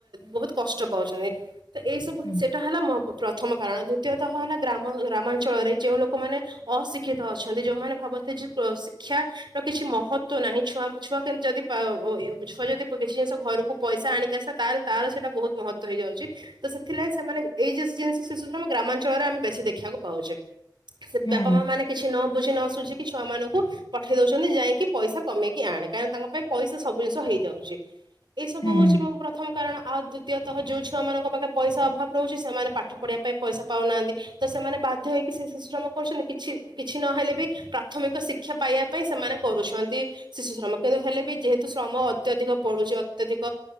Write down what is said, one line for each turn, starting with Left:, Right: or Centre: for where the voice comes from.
Right: ବହୁତ କଷ୍ଟ ପାଉଛନ୍ତି। ତ ଏଇ ସବୁ
Left: ହୁଁ ହୁଁ
Right: ସେଟା ହେଲା ମୋ ହବ ପ୍ରଥମ କାରଣ ଦ୍ଵିତୀୟତଃ ହେଲା ଗ୍ରାମ ଗ୍ରାମାଞ୍ଚଳରେ ଯେଉଁ ଲୋକମାନେ ଅଶିକ୍ଷିତ ଅଛନ୍ତି ଯେଉମାନେ ଭାବ ବନ୍ତି ଜେ ଶିକ୍ଷା ର କିଛି ମହତ୍ଵ ନାହିଁ ଛୁଆଙ୍କୁ ଛୁଆ କେମିତି ଯଦି <unintelligible> ଛୁଆ ଯଦି କିଛି ଜିନିଷ ଘରକୁ ପଇସା ଆଣିକି ଆସ ତାହଲେ ତାର ସେଇଟା ବହୁତ ମହତ୍ଵ ହେଇଯାଉଛି। ସେଥିଲାଗ ସେମାନେ ଏଇ ଜଉ <unintelligible> ଶିଶୁ ଗ୍ରାମ ଗ୍ରା ସେ
Left: ହୁଁ
Right: ବାପା ମା ମାନେ କିଛି ନ ବୁଝି ନ ସୁୁଝି କିଛି ଛୁଆ ମାନଙ୍କୁ ପଠେଇ ଦଉଛନ୍ତି ଯାଇକି ପଇସା କମେଇକି ଆଣେ କାହିକିଁ ନା ତାଙ୍କ ପାଇଁ ପଇସା ସବୁ ଜିନିଷ ହେଇଯାଉଛି ଏଇ ସବୁ
Left: ହୁଁ ହୁଁ
Right: ହଉଛି ମୋ ପ୍ରଥମ କାରଣ। ଆଉ ଦ୍ଵିତୀୟତଃ ଯୋଉ ଛୁଆ ମାନଙ୍କ ପାଖେ ପଇସା ଅଭାବ ରହୁଛି ସେମାନେ ପାଠ ପଢିବା ପାଇଁ ପଇସା ପାଉନାହାନ୍ତି ତ ସେମାନେ ବାଧ୍ୟ ହେଇକି୍ରମ କରୁଛନ୍ତି କିଛି କିଛି ନହେଲେ ବି ପ୍ରାଥମିକ ଶିକ୍ଷା ପାଇବା ପାଇଁ ସେମାନେ କରୁଛନ୍ତି। ଶିଶୁ ଶମକ୍ଷ ହେଲେ ବି ଯେହେତୁ ଶ୍ରମ ଅତ୍ୟଧିକ ପଡୁଛି ଅତ୍ୟଧିକ